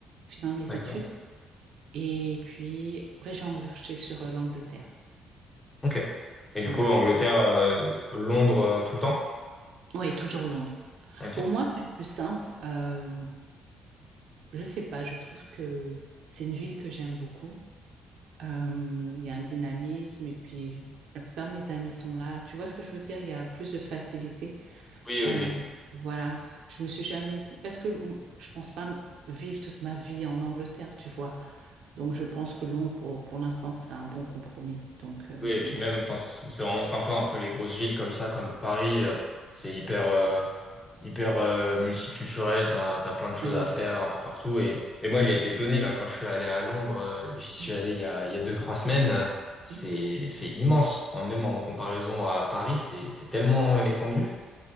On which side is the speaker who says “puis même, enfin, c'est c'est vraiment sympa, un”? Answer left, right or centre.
Left